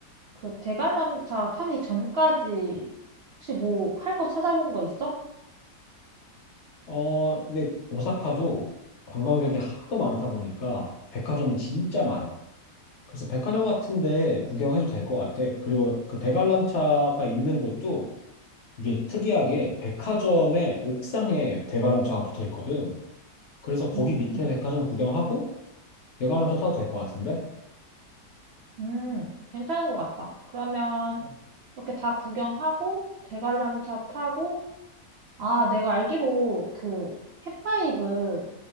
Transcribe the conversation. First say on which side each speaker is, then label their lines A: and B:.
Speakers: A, on the right; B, on the left.
A: 그 대관람차 타기 전까지 혹시 뭐 할 거 찾아본 거 있어?
B: 어, 근데 오사카도 관광객이 하도 많다 보니까 백화점이 진짜 많아. 그래서 백화점 같은데 구경해도 될 것 같아. 그리고 그 대관람차가 있는 곳도 이게 특이하게 백화점의 옥상에 대관람차가 붙어 있거든. 그래서 거기
A: 음,
B: 밑에 백화점 구경하고 대관람차 타도 될 것 같은데?
A: 음, 괜찮은 것 같다. 그러면
B: 어,
A: 이렇게 다 구경하고 대관람차 타고 아, 내가 알기로 그해파이브